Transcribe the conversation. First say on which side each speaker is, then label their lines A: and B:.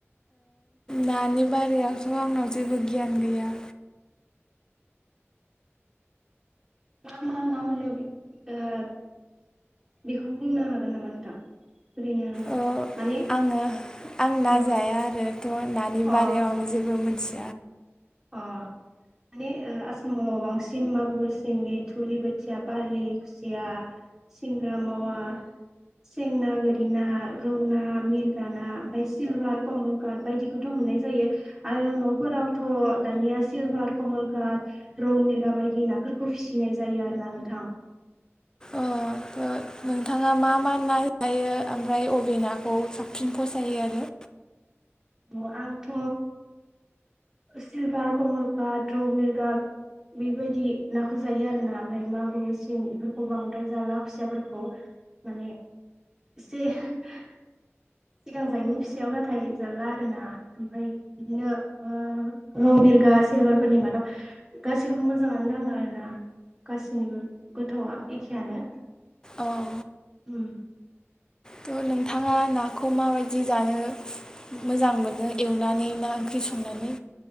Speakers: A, on the left; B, on the right.
A: नानि बारायावथ' आंनाव जेबो गियान गैया।
B: मा मा मामोन बे ओ <unintelligible> बेखौ बुंनो हागोन नामा नोंथां? <unintelligible>
A: ओ आङो आं ना
B: अ
A: जाया आरोथ' नानि
B: अ
A: बारायाव आं जेबो मिथि
B: अ माने आसामाव बांसिन मागुर सिंगि थुरि बोथिया बारलि खुसिया सिंग्रा मावा सेंना गोरिना रौना मिरगा ना ओमफाय सिलभार कमलकाट बायदिखौथ' मोनाय जायो आरो न'फोराव थ' दानिया सिलभार कमलकाट रौम मिरगा बायदि नाफोरखौ फिसिनाय जायो आरोना नोंथां। <inaudible>
A: अ थ' नोंथाङा मा मा ना जायो ओमफ्राय अबे नाखौ साबसिन फसायो आरो
B: अ आंथ' सिलभार कमल गाड रौ मिरगा बेबायदि नाखौ जायो आर ना ओमफ्राय मागुर सिं बेफोरखौ बांद्राय जाला खुसियाफोरखौ माने एसे सिगां जायनि फिसायाव नाथाय जाला आरोना ओमफ्राय बिदिनो ओ रौ मिरगा सिंगारफोरनि मादाव गासैखौबो मोजाङानो नाङो आरो ना गासैनिबो गोथावआ एखेआनो
A: औ औ
B: उम।
A: थ' नोंथाङा नाखौ माबादि जानो मोजां मोनो एवनानै ना ओंख्रि सं नानै?